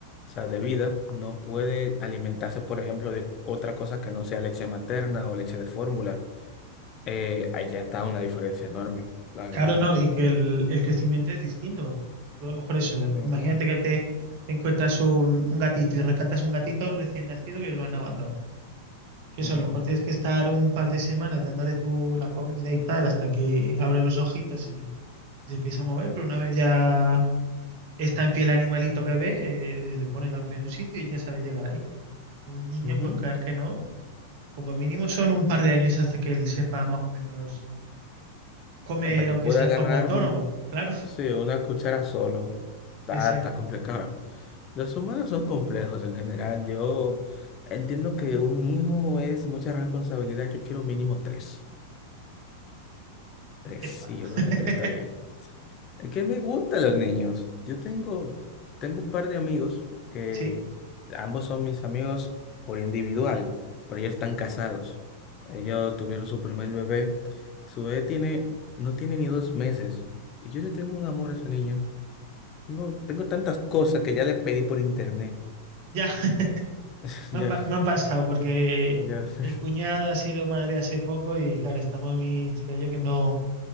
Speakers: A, on the left; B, on the right.
A: o sea, de vida, no puede alimentarse, por ejemplo, de otra cosa que no sea leche materna o leche de fórmula. Eh, ahí ya está una diferencia enorme, la
B: Claro,
A: verdad.
B: no, y que el, el crecimiento es distinto, porque tú a lo mejor eso, imagínate
A: Ujú,
B: que te encuentras un, un gatito y rescatas un gatito recién nacido que lo han abandonado. Que
A: ujú,
B: eso, a lo mejor tienes que estar un par de semanas dándole tú la comida y tal hasta que abre los ojitos y, se empieza a mover, pero una vez ya está en pie el animalito que ve, eh, le pones la comida en un sitio y él ya sabe llegar Un niño,
A: ujú.
B: pues creas que no. Como mínimo son un par de años hasta que él sepa más o menos comer,
A: Hasta que
B: aunque
A: pueda
B: sea
A: agarrar
B: de forma autónoma.
A: un,
B: Claro,
A: sí, una cuchara solo. Está,
B: exacto.
A: está complicado. Los humanos son complejos en general. Yo entiendo que un hijo es mucha responsabilidad. Yo quiero mínimo tres. Tres.
B: Epa.
A: Sí, yo creo
B: <laughs>
A: que tres está bien. Es que me gustan los niños. Yo tengo, tengo un par de amigos que
B: Sí,
A: ambos son mis amigos por individual, pero ellos están casados. Ellos tuvieron su primer bebé. Su bebé tiene, no tiene ni dos meses. Y yo le tengo un amor a esa niña. Tengo, tengo tantas cosas que ya le pedí por internet.
B: ya, <laughs>
A: <laughs>
B: me
A: Ya,
B: han pa- me ha pasado porque
A: ya. <laughs>
B: mi cuñada ha sido madre hace poco y claro, estamos mi chica y yo que no,